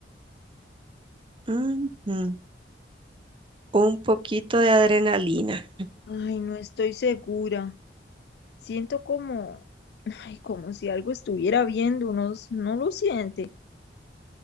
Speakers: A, on the right (about 30°); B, on the left (about 65°).
A: Ujú. Un poquito de adrenalina.
B: Ay, no estoy segura. Siento como, ay, como si algo estuviera viendo, no, no lo siente.